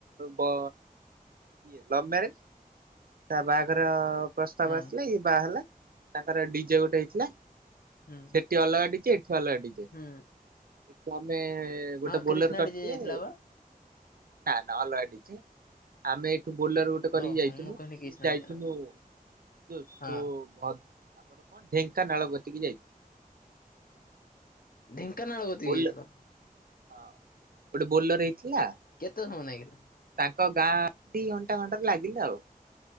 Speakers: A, on the right; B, on the left.
A: ଭ ଇଏ ଲଭ ମ୍ୟାରେଜ ତା ବାହାଘର ପ୍ରସ୍ତାବ
B: ହଁ
A: ଆସିଲା ଇଏ ବାହା ହେଲା ତାଙ୍କର ଡିଜେ ଗୋଟେ ହେଇଥିଲା,
B: ହୁଁ
A: ସେଠି ଅଲଗା ଡିଜେ ଏ ଠୁ ଅଲଗା ଡିଯେ
B: ହୁଁ।
A: ତ ଆମେ ଗୋଟେ
B: ହଁ
A: ବୋଲେର
B: କ୍ରିଷ୍ଣା
A: କରିଥିଲେ।
B: ଡିଜେ ଯାଇଥିଲା ବା
A: ନା, ନା, ଅଲଗା ଡିଜେ ଆମେ ବୋଲାରୋ ଗୋଟେ କରିକି
B: ଓହୋ
A: ଯାଇଥିଲୁ
B: ମୁଁ କହିଲି
A: ସିଏ
B: କ୍ରିଷ୍ଣା
A: ଯାଇଥିଲୁ
B: ଡିଜେ ନା
A: ଯୋଉ
B: ହଁ
A: ସୋ ଭ ଆମର କଣ ଢେଙ୍କାନାଳ ଗତିକି ଯାଇଥି
B: ଢେଙ୍କାନାଳ ଗତିକି
A: ବୋଲେ
B: ଯାଇଥିଲ?
A: ହଁ ଗୋଟେ ବୋଲର ହେଇଥିଲା?
B: କେତେ ସମୟ ଲାଗିଲା?
A: ତାଙ୍କ ଗାଁ ଦି ଘଣ୍ଟା ଘଣ୍ଟାରେ ଲାଗିଲା ଆଉ।